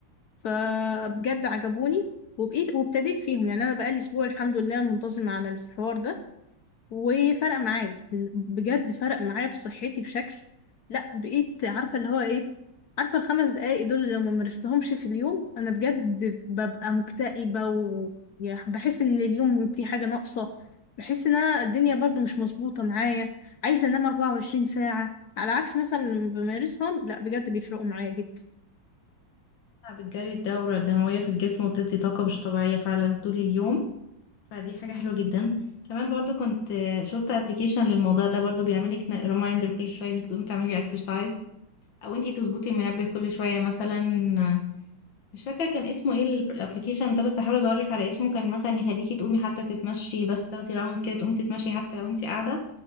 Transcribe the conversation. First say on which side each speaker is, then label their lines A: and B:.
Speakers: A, on the left; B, on the left.
A: فبجد عجبوني وبقيت وابتديت فيهم يعني انا بقالي اسبوع الحمد لله منتظم على الحوار ده وفرق معايا بجد فرق معايا في صحتي بشكل لا بقيت عارفة اللي هو ايه عارفة الخمس دقايق دول اللي لو ما مارستهمش في اليوم انا بجد ببقى مكتئبة وبحس ان اليوم في حاجة ناقصة بحس ان انا الدنيا برضو مش مظبوطة معايا عايزة انام 24 ساعة على عكس مثلا لما بمارسهم لا بجد بيفرقوا معايا جدا
B: بتجري الدورة الدموية في الجسم وتدي طاقة مش طبيعية فعلا طول اليوم فدي حاجة حلوة جدا كمان برضو كنت آه، شفت ابلكيشن للموضوع ده برضو بيعملك ريمايندر كل شوية انك تقومي تعملي اكسرسايز او انتي تظبطي المنبه كل شوية مثلا آه، مش فاكرة كان اسمه ايه الابلكيشن ده بس هحاول ادورلك على اسمه كان مثلا يخليكي تقومي حتى تتمشي بس تاخدي راوند كده تقومي تتمشي حتى لو انتي قاعدة